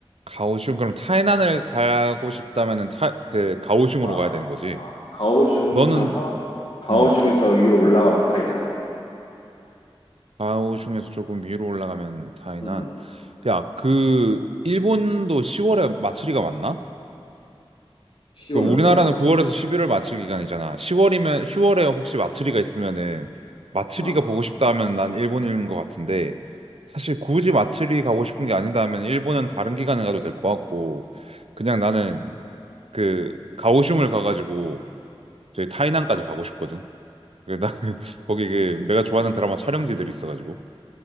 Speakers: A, on the right (about 80°); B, on the left (about 65°).
A: 가오슝. 그럼 타이난을 가고 싶다면은 타, 그, 가오슝으로
B: 아,
A: 가야 되는 거지.
B: 아, 가오슝
A: 너는,
B: 가서 가오슝에서
A: 음.
B: 위로 올라가면 타이난.
A: 좌우 중에서 조금 위로 올라가면 다이난.
B: 어,
A: 야, 그 일본도 10월에 마츠리가 맞나?
B: 10월에
A: 그 우리나라는
B: 어떤가?
A: 9월에서 11월 마츠리 기간이잖아. 10월이면 10월에 혹시 마츠리가 있으면은 마츠리가
B: 어.
A: 보고 싶다 하면 난 일본인 것 같은데 사실 굳이 마츠리 가고 싶은 게 아니다 하면 일본은 다른 기간에 가도 될 것 같고 그냥 나는 그 가오슝을 가가지고 저희 타이난까지 가고 싶거든. 그 나 <laughs> 거기 그 내가 좋아하는 드라마 촬영지들이 있어가지고.